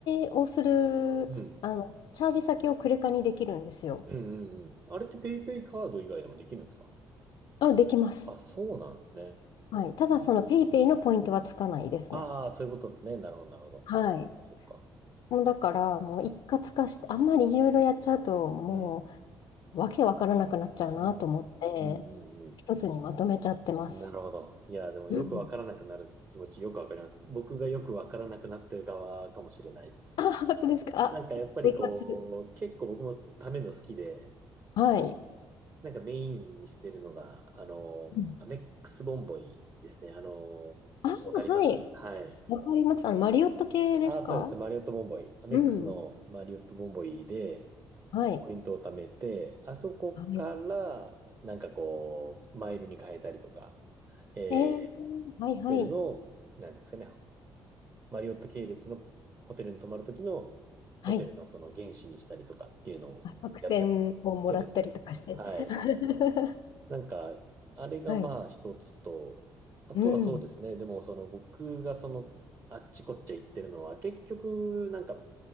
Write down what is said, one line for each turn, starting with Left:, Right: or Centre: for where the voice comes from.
Left: ジをする、
Right: うん。
Left: あの、チャージ先をクレカにできるんですよ。
Right: うんうんうん。あれってペイペイカード以外でもできるんですか
Left: あ、できます。
Right: あ、そうなんですね。
Left: はい。ただ、そのペイペイのポイントはつかないですね。
Right: ああ、そういうことですね。なるほど、なるほど。
Left: はい。
Right: そっか、そっか。
Left: もうだから、もう一括化して、あんまりいろいろやっちゃうと、も
Right: うん。
Left: う、わけわからなくなっちゃうなと思って、
Right: うん。うんうんうん。
Left: 一つにまとめちゃってます。
Right: なるほど。いや、でもよくわからなくなる気持ちよくわかります。
Left: うん
Right: 僕がよくわからなくなってる側かもしれないです。
Left: あ、本当ですか。
Right: なんかやっぱりこう、
Left: あ、ポイ活。
Right: 結構僕もための好きで、
Left: はい。
Right: なんかメインにしてるのが、あの、
Left: うん
Right: アメックスボンボイですね。あの、
Left: あ、はい。
Right: わかりますはい。
Left: わかります。あの、マリオット系ですか
Right: ああ、そうです。マリオットボンボイ。アメックスのマリオットボンボイで、
Left: うんはい。
Right: ポイントを貯めて、あそこから、
Left: はい。
Right: なんかこう、マイルに変えたりとか、えー、
Left: えー、はいはい。
Right: ホテルの、なんですかね、マリオット系列のホテルに泊まるときの、ホテルのその原資にしたりとかっていうのをやってます。
Left: はい。あ、特典をもらったりとかして。
Right: そうです、そうです。はい。
Left: <laughs>
Right: なんか、あれがまあ一つと、
Left: はい。
Right: あとはそうですね、
Left: うん。
Right: でもその僕がその、あっちこっち行ってるのは、結局、なんか、